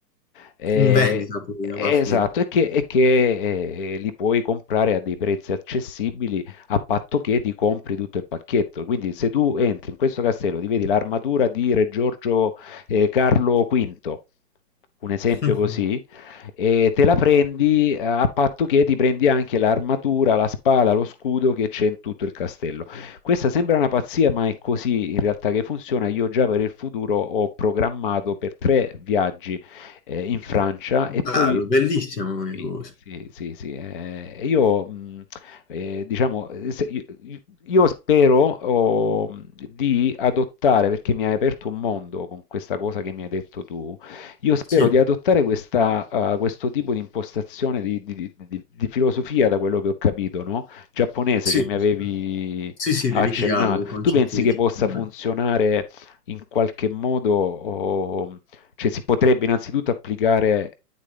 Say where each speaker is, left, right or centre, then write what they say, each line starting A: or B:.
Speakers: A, on the left (about 35°); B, on the left (about 75°).
A: eh,
B: in vendita poi
A: Esatto,
B: alla fine.
A: e che, e che, eh, li puoi comprare a dei prezzi accessibili a patto che ti compri tutto il pacchetto. Quindi, se tu entri in questo castello, ti vedi l'armatura di Re Giorgio eh, Carlo V, un esempio
B: <laughs> Mm.
A: così, e te la prendi eh, a patto che ti prendi anche l'armatura, la spada, lo scudo che c'è in tutto il castello. Questa sembra una pazzia, ma è così in realtà che funziona. Io già per il futuro ho programmato per tre viaggi eh, in Francia e
B: Bello,
A: poi
B: bellissima come
A: sì,
B: cosa.
A: sì, sì, sì. eh, io mh, eh, diciamo, eh, se- io, io spero oh, di adottare, perché mi hai aperto un mondo con questa cosa che mi hai detto tu, io spero
B: Sì,
A: di adottare questa, eh, questo tipo di impostazione di, di- di- di- di filosofia, da quello che ho capito, no? Giapponese
B: sì.
A: che mi
B: sì.
A: avevi
B: Sì, sì,
A: ha
B: dell'ikigai,
A: accennato.
B: il concetto
A: Tu pensi
B: di
A: che
B: ikigai.
A: possa funzionare in qualche modo, o- cioè si potrebbe innanzitutto applicare,